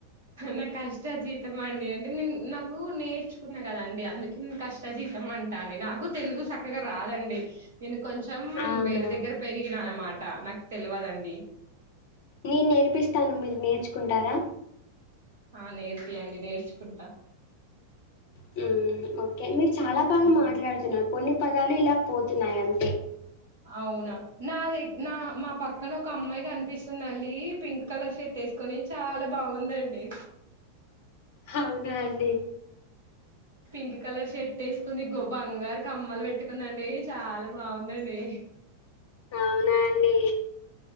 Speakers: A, on the right; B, on the left.
A: నా కష్ట జీతం అండి అంటే నేను నాకు నేర్చుకున్నా కదండి అందుకే నేను కష్ట జీతం అంటా అండి నాకు తెలుగు చక్కగా రాదండి నేను కొంచెం కొంచెం
B: అవునా
A: వేరే దగ్గర పెరిగినా అనమాట ట నాకు తెలియదండి
B: నేను నేర్పిస్తాను మీరు నేర్చుకుంటారా
A: ఆ నేర్పియండి నేర్చుకుంటా
B: మ్ ఓకే మీరు చాలా బాగా
A: హ్మ్.
B: మాట్లాడుతున్నారు కొన్ని పదాలు ఇలా పోతున్నాయి అంతే
A: అవునా నా ద నా మా పక్కన ఒక అమ్మాయి కనిపిస్తుందండి పింక్ కలర్ షర్ట్ వేసుకొని చాలా బాగుందండి
B: అవునా అండి
A: పింక్ కలర్ షర్ట్ ఎసుకుంది గో బంగారు కమ్మలు పెట్టుకున్నా అండి చాలా బాగుందండి
B: అవునా అండి.